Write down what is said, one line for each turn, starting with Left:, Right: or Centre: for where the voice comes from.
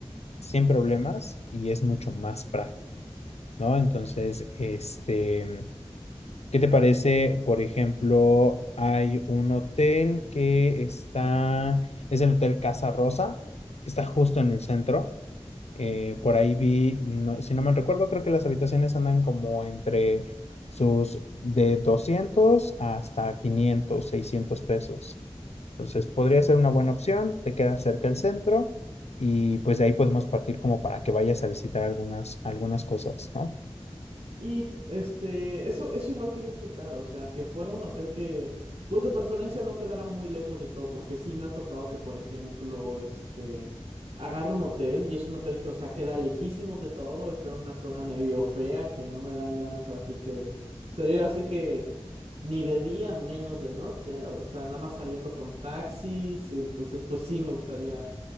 Left: sin problemas y es mucho más práctico, ¿no? Entonces, este, ¿qué te parece? Por ejemplo, hay un hotel que está, es el Hotel Casa Rosa, que está justo en el centro. Eh, por ahí vi, no- si no mal recuerdo, creo que las habitaciones andan como entre sus de 200 hasta 500 600 pesos. Entonces podría ser una buena opción, te queda cerca el centro y pues de ahí podemos partir como para que vayas a visitar algunas, algunas cosas, ¿no?
Right: Y este, eso, eso igual quería checar, o sea, que fuera un hotel que, pues de preferencia no quedara muy lejos de todo, porque sí me ha tocado que, por ejemplo, este, agarro un hotel y es un hotel que, o sea, queda lejísimos de todo, está en una zona medio fea que no me dan ganas, ahora sí que salir así que ni de día, menos de noche, o sea, nada más saliendo con taxis, entonces, pues sí me gustaría.